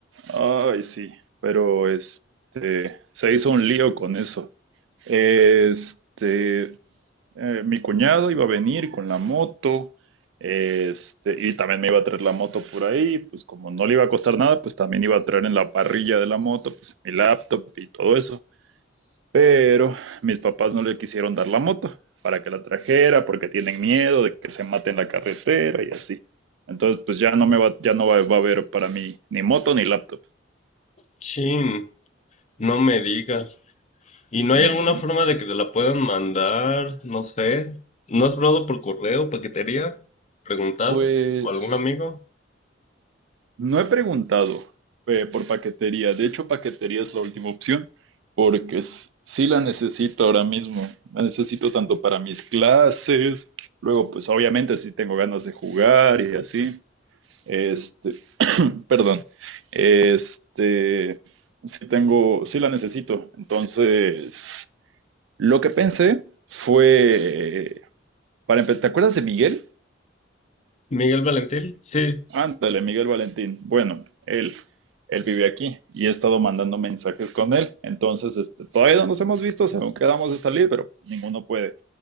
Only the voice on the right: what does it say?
ay, sí, pero este, se hizo un lío con eso. Este, eh, mi cuñado iba a venir con la moto, este, y también me iba a traer la moto por ahí, pues como no le iba a costar nada, pues también iba a traer en la parrilla de la moto, pues mi laptop y todo eso. Pero mis papás no le quisieron dar la moto para que la trajera porque tienen miedo de que se mate en la carretera y así. Entonces, pues ya no me va, ya no va, va a haber para mí ni moto ni laptop.
Ujú.
Pues
no he preguntado eh, por paquetería. De hecho, paquetería es la última opción porque s- sí la necesito ahora mismo. La necesito tanto para mis clases, luego pues obviamente sí tengo ganas de jugar y así. Este, Perdón. Este, sí tengo, sí la necesito. Entonces, lo que pensé fue, para empe- ¿te acuerdas de Miguel?
Ándale, Miguel Valentín. Bueno, él, él vive aquí y he estado mandando mensajes con él. Entonces, este, todavía no nos hemos visto, según quedamos de salir, pero ninguno puede.